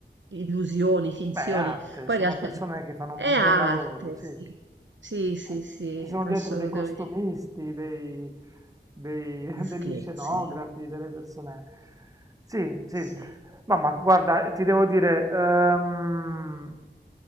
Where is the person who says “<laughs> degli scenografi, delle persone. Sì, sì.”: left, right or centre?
Right